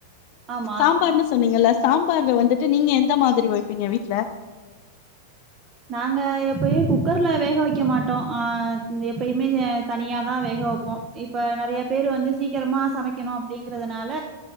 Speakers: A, on the right (about 20°); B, on the left (about 40°).
A: ஆமா
B: சாம்பார்ன்னு சொன்னீங்கல்ல சாம்பார்ல வந்துட்டு நீங்க எந்த மாதிரி வைப்பீங்க வீட்டுல
A: நாங்க எப்பயு குக்கர்ல வேக வைக்க மாட்டோ ஆ எப்பயுமே தனியாதா வேக வைப்போ இப்ப நிறைய பேரு வந்து சீக்கிரமா சமைக்கணு அப்டிங்கறதுனால